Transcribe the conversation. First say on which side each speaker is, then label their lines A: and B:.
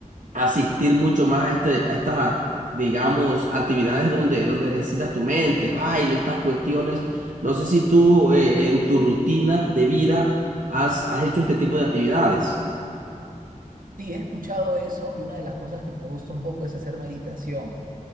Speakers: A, on the right; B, on the right.
A: asistir mucho más a, este, a estas, a- digamos, actividades donde, donde necesitas tu mente, baile, estas cuestiones. No sé si tú eh, en tu rutina de vida has, has hecho este tipo de actividades.
B: Sí, he escuchado eso y una de las cosas que me gusta un poco es hacer meditación.